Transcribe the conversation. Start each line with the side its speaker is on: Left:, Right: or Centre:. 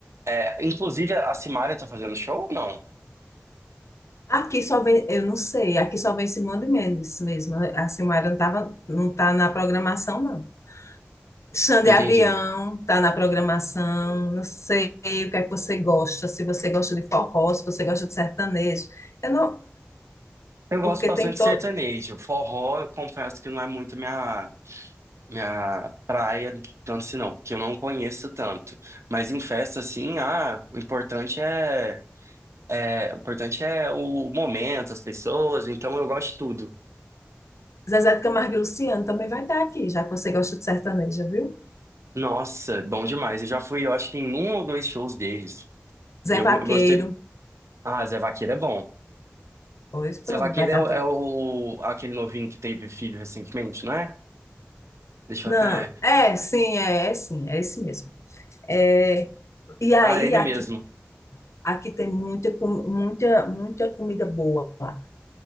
Right: é, inclusive, a Simaria tá fazendo show ou não?
Left: Aqui só vem, eu não sei, aqui só vem Simone Mendes mesmo. A Silmara não tava, não tá na programação, não. Xande
Right: Entendi.
Left: Avião tá na programação, não sei o que é que você gosta, se você gosta de forró, se você gosta de sertanejo. Eu não,
Right: Eu
Left: porque
Right: gosto bastante
Left: tem todo.
Right: de sertanejo. Forró, eu confesso que não é muito minha. minha praia, tanto se não, porque eu não conheço tanto. Mas em festa, assim, ah, o importante é, é, o importante é o momento, as pessoas, então eu gosto de tudo.
Left: Zezé de Camargo e Luciano também vai estar aqui, já que você gosta de sertaneja, viu?
Right: Nossa, bom demais. Eu já fui, eu acho que em um ou dois shows deles.
Left: Zé
Right: Eu,
Left: Vaqueiro.
Right: go- eu gostei. Ah, Zé Vaqueiro é bom.
Left: Pois pronto,
Right: Zé Vaqueiro
Left: vai estar
Right: é, o,
Left: todo.
Right: é o- aquele novinho que teve filho recentemente, não é? Deixa
Left: Não,
Right: eu até.
Left: é, sim, é, é sim, é esse mesmo. É, e aí,
Right: Ah, ele
Left: aqui,
Right: mesmo.
Left: aqui tem muita, com- muita, muita comida boa. lá.